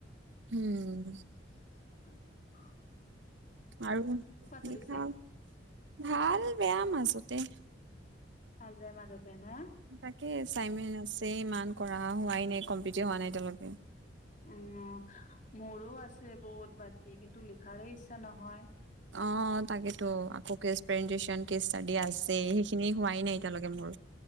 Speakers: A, on the right; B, on the left.
A: উম
B: উ
A: আৰু
B: চলিছে?
A: লিখা ভাল বেয়া মাজতে
B: ভাল বেয়া মাজতে না?
A: তাকে চাইমিন আছে ইমান কৰা হোৱাই নাই কমপিট হোৱা নাই তেওঁলোকে
B: উম মোৰো আছে বহুত বাকী কিন্তু লিখাৰে ইচ্ছা নহয়
A: অ তাকেতো আকৌ কেস্পেণ্টেচন কেছ ষ্টাডি আছে সেইখিনি হোৱাই নাই এতিয়ালৈকে মোৰ